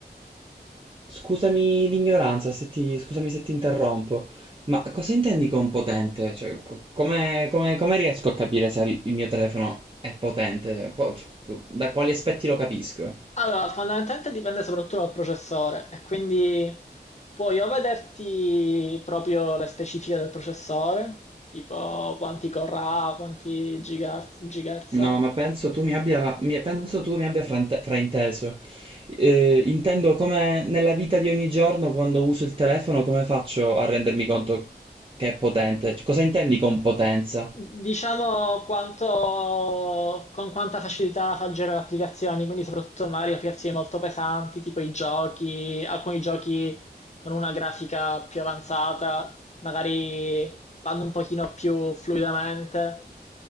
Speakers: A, on the right; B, on the left.
A: Scusami l'ignoranza, se ti, scusami se ti interrompo, ma cosa intendi con potente? Cioè, co- come, come- come riesco a capire se il mio telefono è potente? Qua- da quali aspetti lo capisco?
B: Allora, fondamentalmente dipende soprattutto dal processore e quindi puoi o vederti proprio le specifiche del processore, tipo quanti core ha, quanti gigahertz, gigahertz
A: No,
B: ha,
A: ma penso tu mi abbia, mi- penso tu mi abbia frante- frainteso. Eh, intendo come nella vita di ogni giorno, quando uso il telefono, come faccio a rendermi conto che è potente? Cioè, Cosa intendi con potenza?
B: diciamo quanto, con quanta facilità fa girare le applicazioni, quindi soprattutto magari applicazioni molto pesanti, tipo i giochi, alcuni giochi con una grafica più avanzata, magari vanno un pochino più fluidamente.